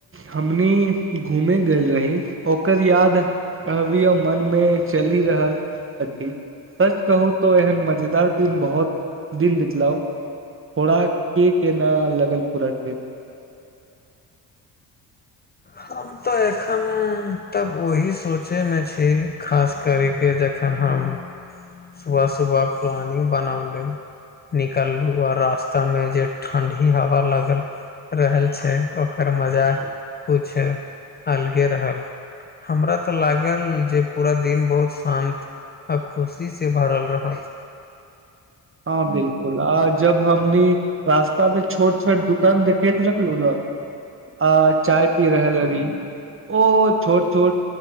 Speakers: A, on the right; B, on the left.
A: हमनी घूमे गेल रही ओकर याद अबियौ मनमे चलि रहल अछि सच कहू तो एहन मजेदार दिन बहुत दिन बितलाउ थोड़ा के केना लगल पूरा ट्रिप
B: हम तऽ एखन तक ओहि सोचे मे छी खास करैके जखन हम सुबह सुबह प्लानिंग बनौली निकाललहुँ आओ रास्तामे जे ठण्डी हवा लागल रहल छै ओकर मजा कछ अलगे रहल हमरा तऽ लागल जे पूरा दिन बहुत शान्त आ खुशीसँ भरल रहत
A: हँ बिलकुल आ जब हमनी रास्ता पे छोट छोट दुकान देखैत रखलु ने आ चाय पी रहल री ओ छोट छोट